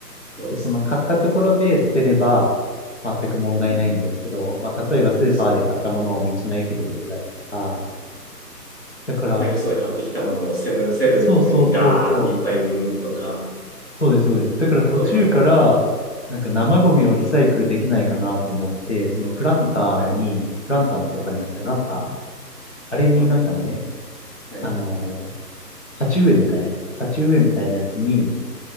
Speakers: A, on the right; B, on the left.
A: そうですね。
B: で、その買ったところで捨てれば全く問題ないんですけど、
A: うん、
B: まあ、例えばスーパーで買ったものを道の駅で捨てたりとか、
A: そうですね。
B: だから、
A: まあ、よそで買ってきたものをセブン、セブンとコンビニでガーっていっぱい入れるとか、
B: そうそうそうそう、そうです、そうです。だから途中から、
A: ゴミ箱に入れる。
B: なんか生ゴミをリサイクルできないかなと思って、
A: うん、
B: そのプランターに、
A: はい、
B: プランターってわかりますプランター
A: はい。
B: あれになんかね、
A: グランパは
B: あのー
A: い、
B: 鉢植えみたいなやつ、鉢植えみたいなやつに、